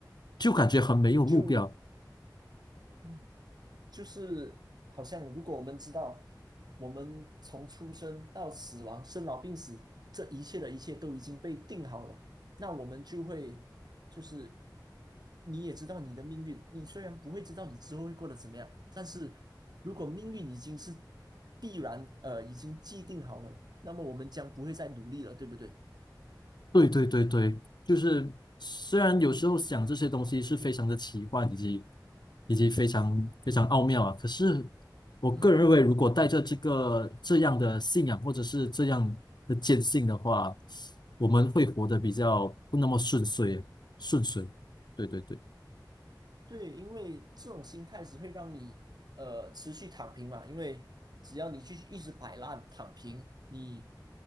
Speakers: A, on the left; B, on the right.
A: 就感觉很没有目标。
B: 就嗯就是好像如果我们知道，我们从出生到死亡、生老病死，这一切的一切都已经被定好了，那我们就会就是你也知道你的命运，你虽然不会知道你之后会过得怎么样，但是如果命运已经是必然，呃，已经既定好了，那么我们将不会再努力了，对不对？
A: 对对对对，就是虽然有时候想这些东西是非常的奇幻，以及以及非常非常奥妙啊，可是我个人认为，
B: 嗯。
A: 如果带着这个这样的信仰或者是这样的坚信的话，我们会活得比较不那么顺遂，顺遂。对对对。
B: 对，因为这种心态只会让你呃持续躺平嘛，因为只要你去一直摆烂躺平，你